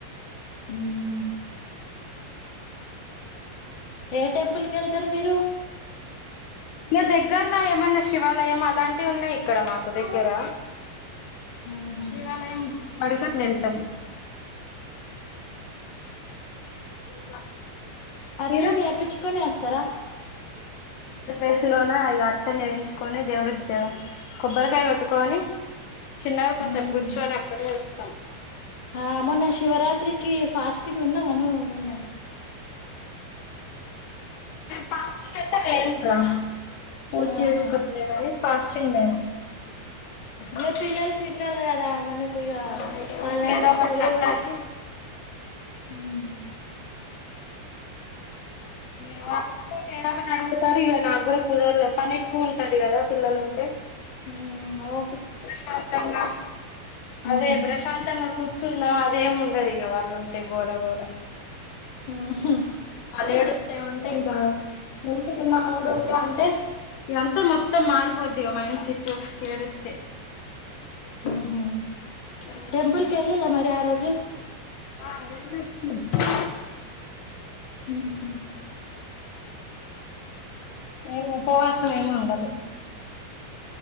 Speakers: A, on the left; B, on the left.
A: ఉహూ ఏ టెంపుల్ కీ వెళ్తారు మీరు
B: ఇగా దగ్గరలో ఏమన్నా శివాలయం అలాంటివి ఉన్నాయి ఇక్కడ మాకు దగ్గర
A: ఉహు
B: శివాలయం గుడికి పడగట్ని వెళ్తాం <inaudible>
A: అర్చను
B: మీరు
A: చేప్పించుకొనే ఆస్తారా
B: ేలోన ఈ అర్చనా వేయించుకొని దేవుడి కొబ్బరికాయ కొట్టుకొని చిన్నగా కొసేపు
A: ఉమ్
B: గుర్చుకని అక్కడే వస్తాం
A: ఆ మొన్న శివరాత్రికి ఫాస్టింగ్ ఉన్నావా నువ్వు మొన్న
B: ఫాస్టింగ్ అయితే లేను రా పూజ
A: ఆహా
B: చేసుకులే గాని ఫస్ట్ ఫాస్టింగ్ లేను.
A: ఇగ పిల్లలు చిన్నోళ్ళు కదా. మనకు ఇగా
B: ఆ ఇగ
A: వాళ్లను
B: ఊకే ఏదో ఒకటి
A: సర్దే
B: అంటారు
A: వరకు ఉమ్
B: <unintelligible> తారు ఇక నాక్కూడా కుదర్లే పని ఎక్కువ ఉంటాది. కదా పిల్లలు ఉంటే
A: హ్మ్మ్ ఓ
B: ప్రశాంతంగా
A: ఊహు
B: అదే ప్రశాంతంగా కూర్చున్నా. అదేమి ఉండదు. ఇక వాళ్ళు ఉంటే గోల గోల
A: ఊహు
B: వాళ్లు ఏడుస్తావుంటే ఇంకా మంచిగా వున్న మూడ్ కూడా ఆన్ అంత మొత్తం మార్పోద్ ఇగా మైండ్ సెట్ ఏడిస్తే.
A: ఉం
B: అందుకే
A: టెంపుల్ కి వెళ్ళాలే మరి ఆ రోజు <unintelligible>
B: ఆ వెళ్లివచ్చి ఉంటా
A: ఊహు
B: నేను ఉపవాస ఏం ఉండలే.